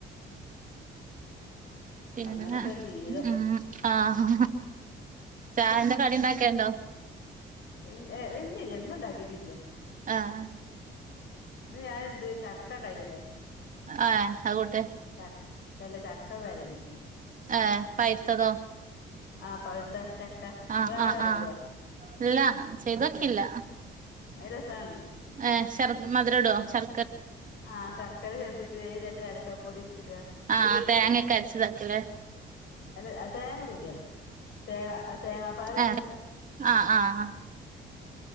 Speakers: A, on the right (about 40°); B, on the left (about 65°).
A: പിന്ന
B: അങ്ങനെയൊക്കെ ഒരു ജീവിതം
A: ഉം ആഹ് ചായേന്റെ കടി ഉണ്ടാക്കണ്ടോ
B: ഇൽ ഇല്ലില്ല ഇന്നുണ്ടാക്കീട്ട് ഇല്ല.
A: ആഹ്
B: ഇന്ന് ഞാൻ എന്ത് ചക്ക ഉണ്ടായിനില്ലേ
A: ആഹ് ആഗോട്ടെ
B: ച ചല്ല ചക്ക വെരകിക്കുന്നു
A: ഏഹ് പൈത്തതോ
B: ആഹ് പഴുത്ത ചക്ക ഇങ്ങളാട
A: ആഹ് ആഹ്
B: വെരകുവാ?
A: ആഹ് ഇല്ല ചെയ്തോക്കില്ല
B: ഐരസാണ്
A: ഏ ശർ മധുരടോ ശർ
B: ആഹ് ശർക്കര ചേർത്തിട്ട് ലേശം ഏയ്‌ലേക്കാ പൊടി ഇട
A: ആഹ് തേങ്ങൊക്കെ അരച്ചതാക്കല്ലേ
B: അല്ല തേങ്ങ ഇടുലെ തേങ്ങ തേങ്ങാപ്പാല്
A: ഏറെ
B: കൂട്ടുക
A: ആഹ് ആഹ് ഹാ